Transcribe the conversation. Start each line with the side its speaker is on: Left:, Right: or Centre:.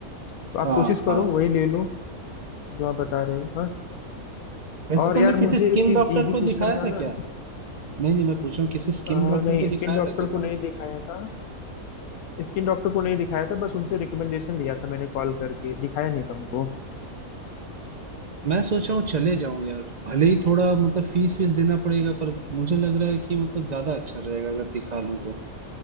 Left: तो आप
Right: हाँ
Left: कोशिश करो
Right: हाँ
Left: वही ले लो जो आप बता रहे हो हाँ
Right: वैसे
Left: और
Right: तुमने
Left: यार
Right: किसी
Left: मुझे
Right: स्किन
Left: एक चीज
Right: डॉक्टर
Left: ये भी
Right: को
Left: पूछना
Right: दिखाया
Left: था
Right: था
Left: ना
Right: क्या नहीं नहीं मैं पूछ रहा हूँ किसी स्किन
Left: अ,
Right: डॉक्टर
Left: नहीं
Right: को
Left: स्किन
Right: दिखाया
Left: डॉक्टर
Right: था क्या
Left: को
Right: तुमने
Left: नहीं दिखाया था स्किन डॉक्टर को नहीं दिखाया था बस उनसे रिकमेंडेशन लिया था मैंने कॉल करके दिखाया नहीं था उनको
Right: मैं सोच रहा हूँ चले जाऊं यार भले ही थोड़ा मतलब फीस वीस देना पड़ेगा पर मुझे लग रहा है कि मतलब ज्यादा अच्छा रहेगा अगर दिखा लूं तो